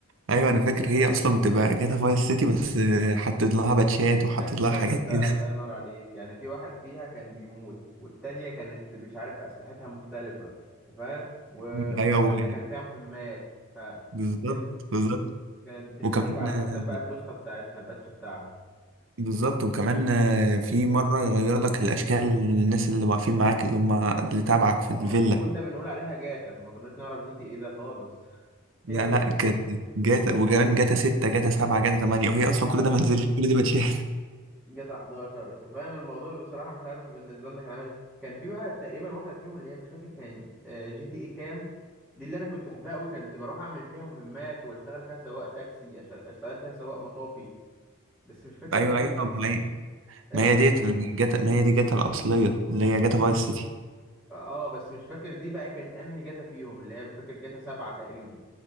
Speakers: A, on the right (about 65°); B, in the centre.
A: ايوه انا فاكر هي اصلا بتبقى جاتا فايس سيتي بس آه، حطيت لها باتشات وحطيت
B: ده تشاد
A: لها حاجات
B: ده
A: كده
B: الله ينور عليك يعني في واحد فيها كان بيموت والتانية كانت مش عارف أسلحتها مختلفة أنت فاهم و...
A: <laughs>
B: والتالتة
A: ايوه و-
B: كان فيها مهمات ف...
A: بالظبط
B: كان...
A: بالظبط
B: كانت بتختلف
A: وكمان
B: على حسب
A: آه،
B: بقى النسخة بتاعتها الباتش بتاعها
A: بالظبط وكمان آه، في مره يغير لك الاشكال الناس اللي واقفين معاك اللي هم اللي تابعك في
B: اه
A: الفيلا
B: وكنا بنقول عليها جاتا فما كناش نعرف جي تي ايه ده خالص <laughs>
A: لا
B: هي جاتا
A: لا كانت جاتا وكمان جاتا 6 جاتا 7 جاتا 8 وهي اصلا
B: اه
A: كل ده ما نزلش كل دي باتشات
B: جاتا 11 انت فاهم الموضوع بصراحه مش عارف بالنسبه لنا كان عامل إيه. كان في بقى تقريبا واحده فيهم اللي هي مش فاكر كانت آه، جي دي اي كام دي اللي انا كنت بحبها قوي كنت بروح اعمل فيها مهمات واشتغل فيها سواق تاكسي أش- اشتغل فيها سواق مطافي بس مش فاكر
A: <laughs> ايوه
B: انهي
A: ايوه ما هي
B: ايه
A: ما هي ديت الجاتا ما هي دي جاتا الاصليه اللي هي جاتا فايس سيتي
B: اه آه، بس مش فاكر دي بقى كانت انهي جاتا فيهم اللي هي مش فاكر جاتا 7 تقريبا